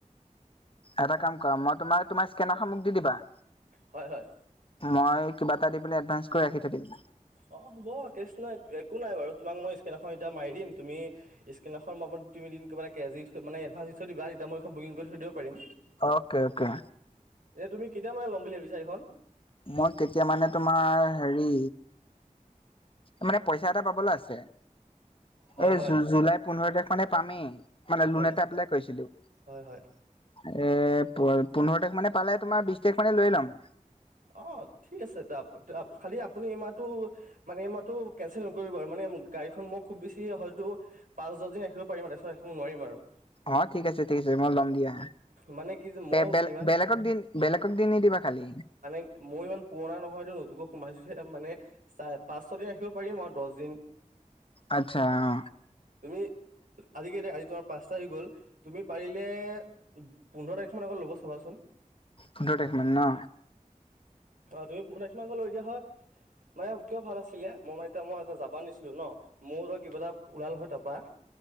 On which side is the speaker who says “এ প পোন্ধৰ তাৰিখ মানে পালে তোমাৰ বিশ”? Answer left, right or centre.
Left